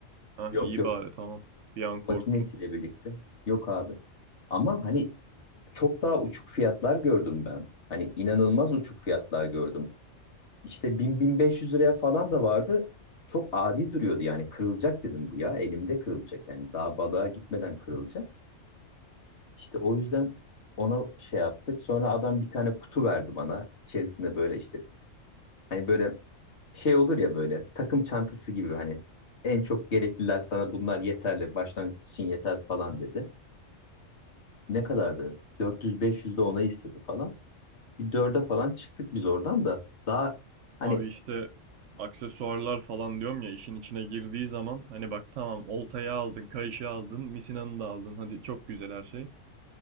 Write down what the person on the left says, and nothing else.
Yok
yok.
Makinesiyle
birlikte. Yok abi. Ama hani çok daha uçuk fiyatlar gördüm ben. Hani inanılmaz uçuk fiyatlar gördüm. İşte bin bin beş yüz liraya falan da vardı. Çok adi duruyordu yani kırılacak dedim bu ya. Elimde kırılacak yani daha balığa gitmeden kırılacak. İşte o yüzden ona şey yaptık. Sonra adam bir tane kutu verdi bana. İçerisinde böyle işte hani böyle şey olur ya böyle takım çantası gibi hani en çok gerekliler sana bunlar yeterli başlangıç için yeter falan dedi. Ne kadardı? 400-500 de ona istedi falan. Bir dörde falan çıktık biz oradan da daha hani